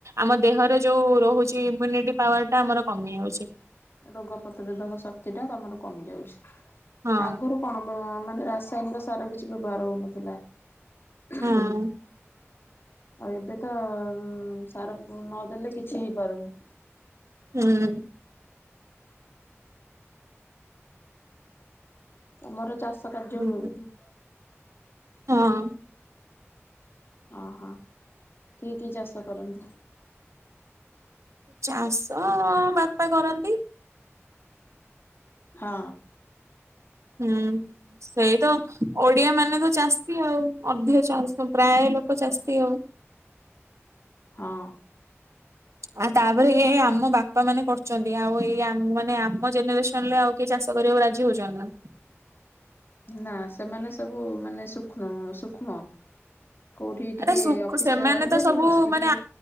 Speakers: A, on the right; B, on the left.
A: ଆମ ଦେହରେ ଯୋଉ। ରହୁଛି ଇମ୍ୟୁନିଟି ପାୱାର ଟା ଆମର କମି ଯାଉଛି।
B: ରୋଗ ପ୍ରତିରୋଧକ ଶକ୍ତି ଟା ଆମର କମି ଯାଉଛି।
A: ହଁ
B: ଆଗରୁ କଣ ବ ମାନେ ରାସାୟନିକ ସାର କିଛି ବ୍ୟବହାର ହଉନଥିଲା। ଉଁ
A: ହଁ।
B: ହୁଁ। ଆଉ ଏବେ ତ ସାର ନଦେଲେ କିଛି ହେଇପାରୁନି।
A: ହୁଁ।
B: ତମର ଚାଷ କାର୍ଯ୍ୟ
A: ହୁଁ
B: ହୁଏ ବୋଧେ।
A: ହଁ।
B: ଓ ହୋ କି କି ଚାଷା କରନ୍ତି?
A: ଚାଷ ବାପା କରନ୍ତି।
B: ହଁ।
A: ହୁଁ ସେଇ ତ ଓଡିଆ ମାନେ ତ ଚାଷୀ ଆଉ। ଅଧିକ ଚାଷମ୍ ପ୍ରାୟ ଲୋକ ଚାଷି ଆଉ।
B: ହଁ।
A: ଆଉ ତାପରେ ଏଇ ଆମ ବାପା ମାନେ କରୁଛନ୍ତି, ଆଉ ଏଇ ମାନେ ଆମ ଜେନେରେସନ ରେ ଆଉ କି ଚାଷ କରିବାକୁ ରାଜି ହଉଛନ୍ତି ନା।
B: ନା ସେମାନେ ସବୁ ମାନେ ସୂକ୍ଷ୍ମ ସୂକ୍ଷ୍ମ। କୋଉଠି ଟିକେ
A: ଆରେ
B: ଅଫିସ
A: ସେମାନେ
B: ରେ ରହିଲେ
A: ତ
B: ଟିକେ
A: ସବୁ
B: ବସିକି
A: ମାନେ